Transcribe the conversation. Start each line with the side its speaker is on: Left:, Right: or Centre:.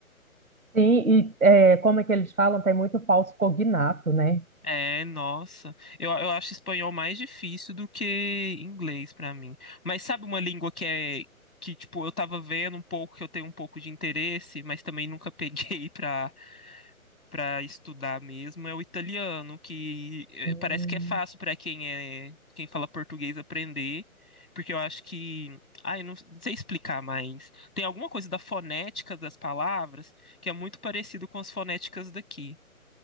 Right: Sim, e é, como é que eles falam? Tem muito falso cognato, né?
Left: É, nossa. Eu, eu acho espanhol mais difícil do que inglês pra mim. Mas sabe uma língua que é que tipo eu tava vendo um pouco, que eu tenho um pouco de interesse, mas também nunca peguei <laughs> pra para estudar mesmo é o italiano, que eh,
Right: Hum.
Left: parece que é fácil para quem é quem fala português aprender, porque eu acho que, ai, não, não sei explicar, mas tem alguma coisa da fonética das palavras que é muito parecido com as fonéticas daqui.